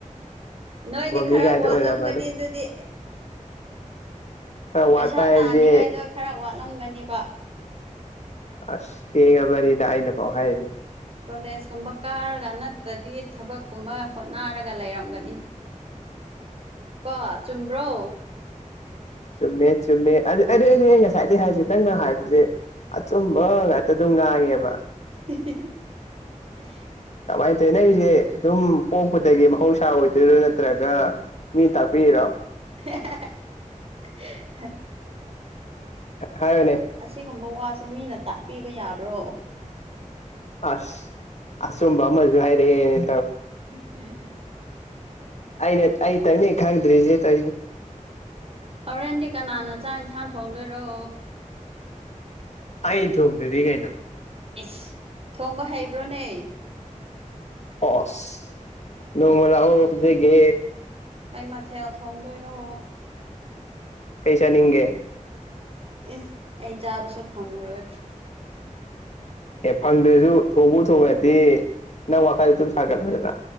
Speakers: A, on the right (about 45°); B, on the left (about 55°).
A: ꯅꯣꯏꯗꯤ ꯈꯔ
B: ꯃꯤ ꯀꯥꯏꯗꯣ
A: ꯋꯥꯠꯂꯝꯒꯅꯤ
B: ꯑꯣꯏꯔꯝꯃꯅꯤ
A: ꯑꯗꯨꯗꯤ
B: ꯈꯔ
A: ꯄꯩꯁꯥ
B: ꯋꯥꯠꯄ ꯍꯥꯏꯁꯦ
A: ꯇꯥꯅꯤꯉꯥꯏꯗꯣ ꯈꯔ ꯋꯥꯠꯂꯝꯒꯅꯦꯕ
B: ꯑꯁ ꯊꯦꯡꯉꯕꯅꯤꯗ ꯑꯩꯅ ꯄꯥꯎ ꯍꯥꯏꯔꯁꯤꯦ
A: ꯀꯣꯂꯦꯖ ꯀꯨꯝꯕ ꯀꯥꯔꯒ ꯅꯠꯇ꯭ꯔꯗꯤ ꯊꯕꯛ ꯀꯨꯝꯕ ꯍꯣꯠꯅꯔꯒ ꯂꯩꯔꯝꯒꯅꯤ
B: <unintelligible>
A: ꯀ ꯆꯨꯝꯕ꯭ꯔꯣ
B: ꯆꯨꯝꯃꯦ ꯆꯨꯝꯃꯦ ꯑꯗꯨ ꯑꯩꯗꯤ ꯑꯩ ꯉꯁꯥꯏꯗꯒꯤ ꯍꯥꯏꯁꯦ ꯅꯪꯅ ꯍꯥꯏꯕꯁꯦ ꯑ ꯆꯕꯒꯗꯨꯃ ꯍꯥꯏꯦꯕ
A: <unintelligible>
B: ꯀꯃꯥꯏꯅ ꯇꯧꯋꯤ ꯅꯪ ꯑꯩꯁꯦ ꯑꯗꯨꯝ ꯄꯣꯛꯄꯗꯒꯤ ꯃꯍꯧꯁꯥ ꯑꯣꯏꯗꯣꯏꯔꯣ ꯅꯠꯇ꯭ꯔꯒ ꯃꯤ ꯇꯥꯛꯄꯤꯔꯣ
A: <inaudible>
B: ꯍꯥꯏꯌꯨꯅꯦ
A: ꯑꯁꯤꯒꯨꯝꯕ ꯋꯥꯁꯦ ꯃꯤꯅ ꯇꯥꯛꯄꯤꯕ ꯌꯥꯕ꯭ꯔꯣ
B: ꯑꯁ ꯑꯁꯨꯝꯕ ꯃꯖ ꯍꯥꯏꯏꯔꯦ
A: <unintelligible>
B: ꯑꯅꯦ ꯑꯩ ꯇꯅꯤ ꯍꯪꯗ꯭ꯔꯤꯦ ꯇꯦ
A: ꯍꯣꯔꯦꯟꯗꯤ ꯀꯅꯥꯅ ꯆꯥꯛ ꯏꯟꯁꯥꯡ ꯊꯣꯡꯗꯣꯏꯔꯣ
B: ꯑꯦ ꯑ ꯊꯒꯗꯗꯤ ꯀꯩꯅꯩꯅ
A: ꯏꯁꯁ ꯊꯣꯡꯕ ꯍꯩꯕ꯭ꯔꯣꯅꯦ
B: ꯍꯁ ꯅꯣꯡꯃꯂ ꯑꯣꯐꯗꯒꯦ
A: ꯀꯩ ꯃꯊꯦꯜ ꯊꯣꯡꯗꯣꯏꯔꯣ
B: ꯀꯩꯁꯥꯅꯤꯡꯒꯦ
A: ꯏꯁ ꯑꯩ ꯆꯥꯕꯁꯨ ꯐꯪꯉꯔꯣꯏꯕ
B: ꯑꯦ ꯐꯪꯗ꯭ꯔꯁꯨ ꯊꯣꯡꯕꯨ ꯊꯣꯡꯉꯗꯤ ꯅꯪ ꯋꯥꯈꯜꯗ ꯑꯗꯨꯝ ꯁꯥꯒꯠꯂꯗꯅ